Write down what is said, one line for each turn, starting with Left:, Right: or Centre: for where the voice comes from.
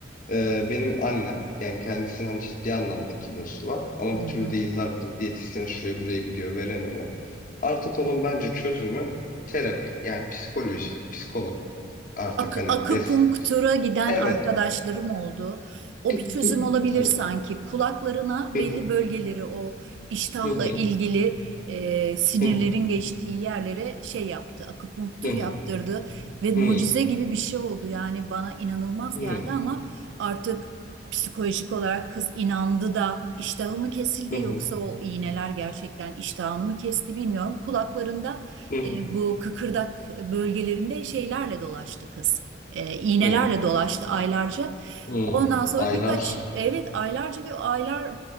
Left: Ee, benim annem yani kendisinin hani ciddi anlamda kilosu var ama
Right: Hı
Left: bir
Right: hı.
Left: türlü de yıllardır diyetisyene şuraya buraya gidiyor veremiyor. Artık onun bence çözümü terapi yani psikoloji, psikolog artık
Right: Ak
Left: hani
Right: akupunktura
Left: des
Right: giden
Left: evet
Right: arkadaşlarım oldu. O bir
Left: <clears throat>
Right: çözüm
Left: hı,
Right: olabilir
Left: evet
Right: sanki. Kulaklarına
Left: Hı
Right: belli
Left: hı,
Right: bölgeleri o iştahla
Left: hı hı,
Right: ilgili e, sinirlerin
Left: hı hı,
Right: geçtiği yerlere şey yaptı. Akupunktur
Left: hı hı,
Right: yaptırdı ve mucize
Left: hı hı,
Right: gibi bir şey oldu. Yani bana inanılmaz
Left: hı
Right: geldi ama artık psikolojik olarak kız inandı da iştahı mı kesildi
Left: hı,
Right: yoksa o iğneler gerçekten iştahını mı kesti bilmiyorum. Kulaklarında
Left: hı hı,
Right: e, bu kıkırdak bölgelerinde şeylerle dolaştı kız. E, iğnelerle
Left: hı
Right: dolaştı aylarca.
Left: hı.
Right: Ondan sonra
Left: aylarca
Right: birkaç evet aylarca bir aylar